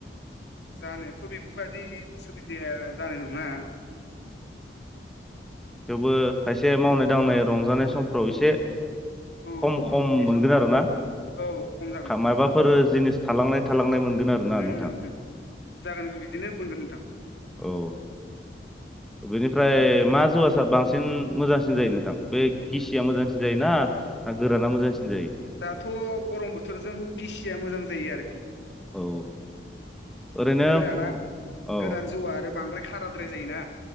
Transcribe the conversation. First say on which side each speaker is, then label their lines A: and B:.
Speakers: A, on the left; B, in the centre.
A: जानायाथ' बेफोरबायाददि उसुबिदाया जानाय नङा।
B: थेवबो खायसे मावनाय दांनाय रंजानाय समफोराव एसे
A: औ
B: खम खम
A: एसआव
B: मोनगोन आरो ना
A: औ खम जा
B: माबाफोर जिनिस थालांनाय थालांनाय मोनगोन आरो ना
A: उम
B: नोंथां
A: उम उम जागोन बिदिनो बुंगोन नोंथां
B: औ बेनिफ्राय मा जौवा बांसिन मोजांसिन जायो नोंथां बे गिसिया मोजांसिन जायोना गोराना मोजांसिन जायो।
A: दाथ' गरम बोथोरजों गिसिया मोजां जायो आरोखि
B: औ ओरैनो
A: गोराना
B: औ
A: गोरान जौआ आरो बांद्राय खाराद्राय जायोना